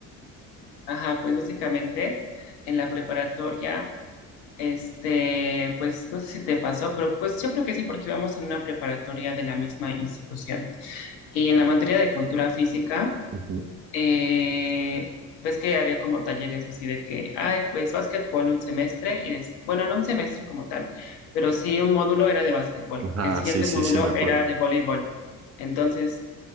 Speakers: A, on the left; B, on the right.
A: Ajá, pues básicamente en la preparatoria, este, pues no sé si te pasó, pero pues yo creo que sí, porque íbamos en una preparatoria de la misma institución. Y en la materia de cultura física,
B: Ujú.
A: eh, ves que había como talleres así de que, ay, pues básquetbol un semestre y des- bueno, no un semestre como tal, pero sí un módulo era de básquetbol.
B: Ah,
A: El siguiente
B: sí, sí,
A: módulo
B: sí, me acuerdo.
A: era de voleibol. Entonces,